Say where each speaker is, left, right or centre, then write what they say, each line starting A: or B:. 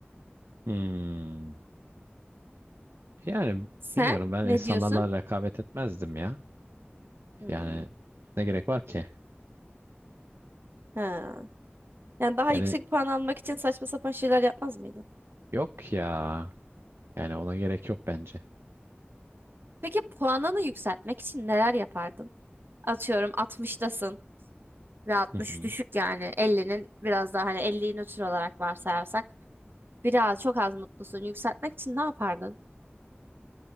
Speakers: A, on the right; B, on the right.
A: Hmm. Yani
B: Sen
A: bilmiyorum ben
B: ne
A: insanlarla
B: diyorsun?
A: rekabet etmezdim ya.
B: Hmm.
A: Yani ne gerek var ki?
B: Ha. Yani daha
A: Yani
B: yüksek puan almak için saçma sapan şeyler yapmaz mıydın?
A: yok ya. Yani ona gerek yok bence.
B: Peki puanını yükseltmek için neler yapardın? Atıyorum 60'tasın. ve 60
A: Hı hı.
B: düşük yani 50'nin biraz daha hani 50'yi nötr olarak varsayarsak biraz çok az mutlusun yükseltmek için ne yapardın?